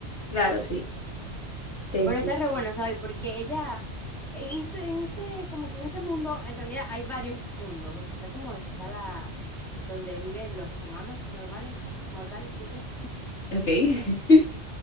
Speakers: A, on the left; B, in the centre.
A: Claro, sí, te entiendo.
B: Pero está re bueno, ¿sabes? Porque ella, en esto, en este, como que en ese mundo, en realidad hay varios mundos. O sea, está como que está la, donde viven los humanos normales, mortales, tú y yo
A: Ok. <laughs>